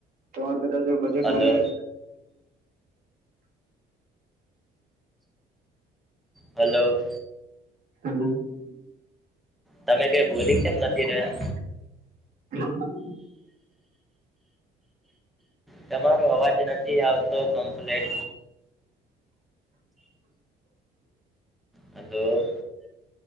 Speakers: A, on the right (about 55°); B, in the centre.
A: તમાર <inaudible> કદાચ બજેટ
B: હલો
A: મને <inaudible>
B: હલો.
A: <unintelligible>
B: તમે કઈ બોલી કેમ નથી?
A: <unintelligible>
B: રહ્યા તમારો અવાજ નથી આવતો કમ્પ્લીટ. હલો.